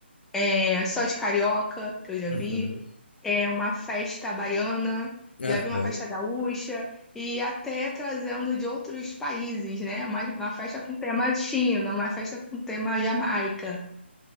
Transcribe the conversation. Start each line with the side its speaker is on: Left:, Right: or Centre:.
Centre: é, só de carioca, que eu já
Left: Uhum.
Centre: vi. É uma festa baiana.
Left: Uhum.
Centre: Já
Left: Aham.
Centre: vi uma festa gaúcha e até trazendo de outros países, né? Uma, uma festa com tema China, uma festa com tema Jamaica.